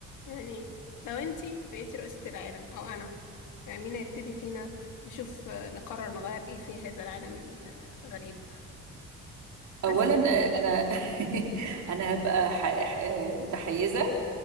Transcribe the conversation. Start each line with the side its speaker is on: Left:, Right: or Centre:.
Left: يعني لو انتي بقيتي رئيسة العالم او انا يعني مين هيبتدي فينا نشوف آه، نقرر نغير ايه في هذا العالم الغريب
Right: اولا
Left: بس
Right: آه، انا <laughs> انا هبقى ح- ح- متحيزه